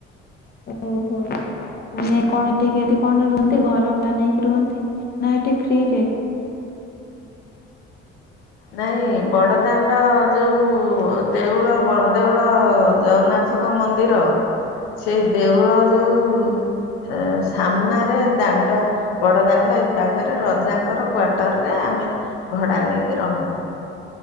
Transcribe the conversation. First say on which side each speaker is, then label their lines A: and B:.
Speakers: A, on the left (about 35°); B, on the left (about 85°).
A: ଓହୋ। ମାନେ କଣ ଟିକ୍ କେମତି କଣ ରୁହନ୍ତି ଘର ବନେଇକି ରୁହନ୍ତି? ନା ହେଠି ଫ୍ରି ରେ?
B: ନାଇଁ ବଡ଼ଦାଣ୍ଡ ଯୋଉ ଦେଉଳ ବଡଦେଉଳ ଜଗନ୍ନା ଥଙ୍କ ମନ୍ଦିର ସେଇ ଦେଉଳ ଯୋଉ ସେ ସାମ୍ନାରେ ଦାଣ୍ଡ ବଡ ଦାଣ୍ଡ ଏ ପାଖରେ ରଜାଙ୍କର କ୍ଵୋଟର ରେ ଆମେ ଭଡା ନେଇକି ରହୁ।